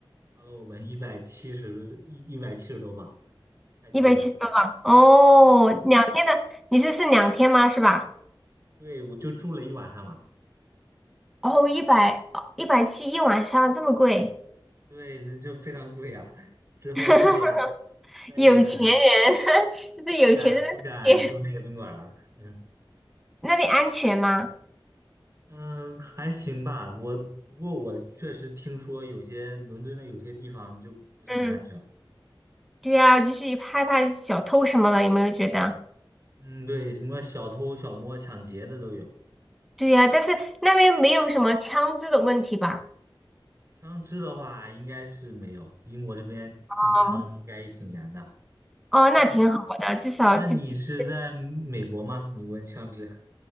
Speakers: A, on the right; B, in the centre.
A: 花了我们一百七十一一百七十多镑，太贵了。
B: 一百七十多磅哦，两天的，你这是两天吗？是吧？
A: 对，我就住了一晚上嘛，
B: 哦，一百一百七一晚上这么贵，
A: 对，这就非常贵啊。之后再也
B: <laughs>
A: 再也
B: 有钱人，<laughs> 这是有钱人的世
A: 不敢不敢住那个宾馆了。
B: 界。
A: 嗯
B: <laughs> 那边安全吗？
A: 嗯，还行吧。我不过我确实听说有些伦敦的有些地方就不是很安全。
B: 嗯，对呀，就是害怕小偷什么的，有没有觉得？
A: 嗯，对，什么小偷、小摸、抢劫的都有。
B: 对呀，但是那边没有什么枪支的问题吧？
A: 枪支的话，应该是没有，英国这边控枪应该也挺严的。
B: 哦哦，
A: 那你
B: 那挺好的，至少就只是
A: 那你是在美国吗？你问枪支？